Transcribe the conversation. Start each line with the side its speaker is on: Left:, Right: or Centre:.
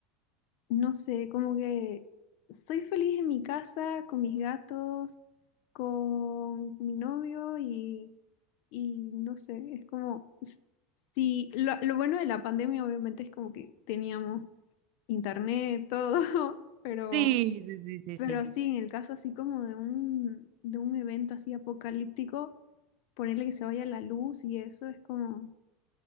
Left: no sé, como que soy feliz en mi casa, con mis gatos, con mi novio y, y no sé, es como, s- sí, lo, lo bueno de la pandemia obviamente es como que teníamos internet, todo, <laughs> pero,
Right: Sí, sí, sí, sí,
Left: pero
Right: sí.
Left: Ujú. sí, en el caso así como de un, de un evento así apocalíptico, ponerle que se vaya la luz y eso es como,